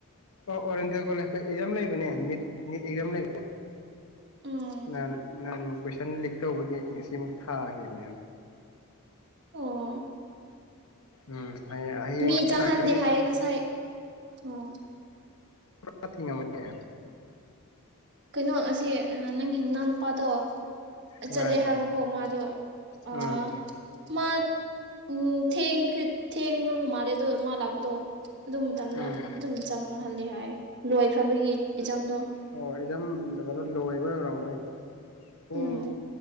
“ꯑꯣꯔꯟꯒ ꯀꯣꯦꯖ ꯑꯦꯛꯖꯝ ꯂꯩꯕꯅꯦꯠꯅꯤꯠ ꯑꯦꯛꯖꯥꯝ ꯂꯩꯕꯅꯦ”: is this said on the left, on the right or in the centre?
Left